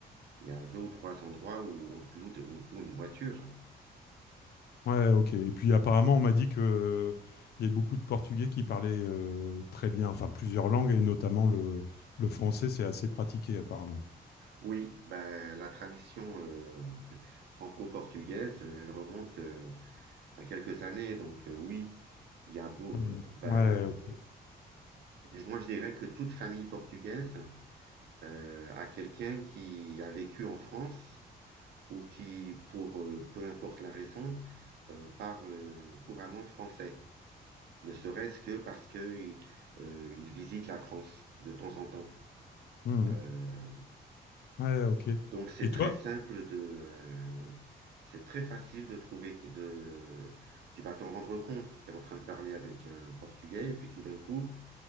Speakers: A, on the right; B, on the left.
A: Il y a deux ou trois endroits où on loue, on loue une voiture.
B: Ouais, ok. Et puis apparemment, on m'a dit que euh, il y a beaucoup de Portugais qui parlaient euh, très bien, enfin plusieurs langues, et notamment le, le français, c'est assez pratiqué apparemment.
A: Oui, ben, la tradition euh, franco-portugaise, euh, elle remonte euh, à quelques années. Donc euh, oui, il y a beau,
B: Mhm.
A: euh, ben,
B: Ouais, ok.
A: moi je dirais que toute famille portugaise euh, a quelqu'un qui a vécu en France ou qui, pour euh, peu importe la raison, euh, parle couramment français. Ne serait-ce que parce que euh, il visite la France de temps en temps.
B: Mhm.
A: Euh,
B: Ouais, ok.
A: Donc, c'est
B: Et
A: très
B: toi?
A: simple de, euh, c'est très facile de trouver, qui- de, tu vas t'en rendre compte. Tu es en train de parler avec un Portugais et puis tout d'un coup,